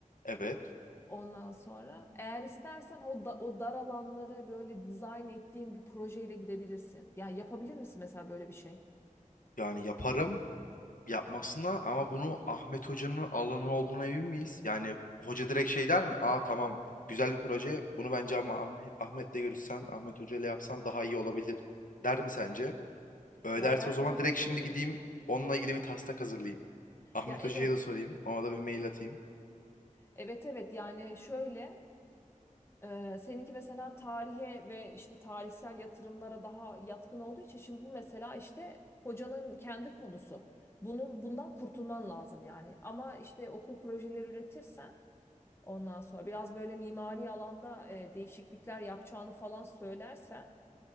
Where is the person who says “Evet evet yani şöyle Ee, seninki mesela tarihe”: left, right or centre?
Left